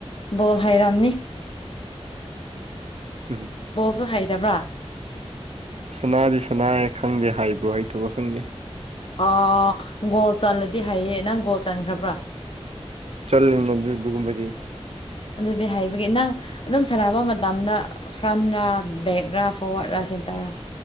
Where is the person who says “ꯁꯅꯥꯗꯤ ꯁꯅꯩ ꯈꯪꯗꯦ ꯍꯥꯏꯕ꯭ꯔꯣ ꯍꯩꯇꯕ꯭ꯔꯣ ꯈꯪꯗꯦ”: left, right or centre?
Right